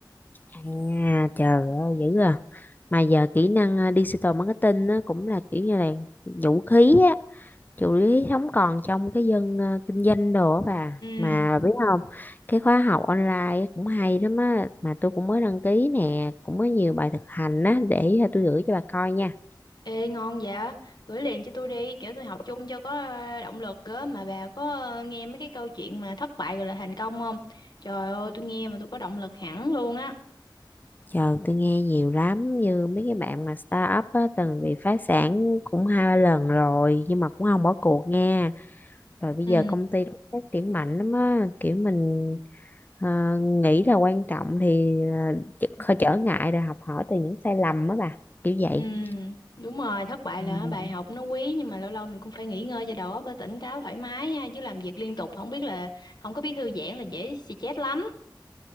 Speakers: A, on the left (about 20°); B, on the left (about 60°).
A: à trời ơi dữ à mà giờ kỹ năng à, digital marketing á, cũng là kiểu như là vũ khí á vũ khí không còn trong cái dân à, kinh doanh đồ á bà
B: ừ
A: mà bà biết không cái khóa học online cũng hay lắm á mà tôi cũng mới đăng ký nè cũng có nhiều bài thực hành á để à, tôi gửi cho bà coi nha
B: ê ngon dạ gửi liền cho tôi đi kiểu tôi học chung cho có ờ, động lực á mà bà có ờ, nghe mấy cái câu chuyện mà thất bại rồi là thành công không trời ơi tôi nghe mà tôi có động lực hẳn luôn á
A: Trời, tôi nghe nhiều lắm như mấy cái bạn mà startup á, từng bị phá sản cũng hai ba lần rồi nhưng mà cũng không bỏ cuộc nha. Rồi bây
B: ừ
A: giờ công ty cũng phát triển mạnh lắm á, kiểu mình ờ, nghĩ là quan trọng thì ờ, ch- không trở ngại rồi học hỏi từ những sai lầm á bà, kiểu vậy.
B: Ừ, đúng rồi, thất bại là
A: Ừ.
B: bài học nó quý nhưng mà lâu lâu mình cũng phải nghỉ ngơi cho đầu óc nó tỉnh táo thoải mái ha, chứ làm việc liên tục không biết là không có biết thư giãn là dễ stress lắm.